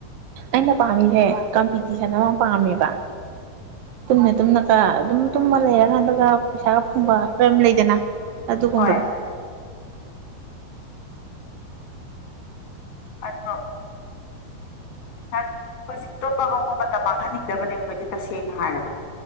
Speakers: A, on the right (about 75°); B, on the left (about 75°).
A: ꯑꯩꯅ ꯄꯥꯝꯃꯤꯁꯦ ꯀꯝꯄꯤꯇꯤꯁꯟ ꯑꯃ ꯄꯥꯝꯃꯦꯕ ꯇꯨꯝꯅ ꯇꯨꯝꯅꯒ ꯑꯗꯨꯝ ꯇꯨꯝꯃ ꯂꯩꯔꯀꯥꯟꯗꯒ ꯄꯩꯁꯥꯒ ꯐꯪꯕ ꯀꯝ ꯂꯩꯗꯅ ꯑꯗꯨ ꯀꯨꯝꯕꯗ
B: ꯍꯣꯏ ꯑꯗꯨꯃ ꯈꯪꯦ ꯑꯩꯈꯣꯏꯁꯦ ꯇꯨꯝꯕ ꯉꯕ ꯃꯇꯝ ꯃꯥꯡꯍꯟꯅꯤꯡꯗꯕꯅꯦ ꯑꯩꯈꯣꯏꯁꯦ ꯇꯁꯦꯡꯅ ꯍꯥꯏꯔꯕꯅꯦ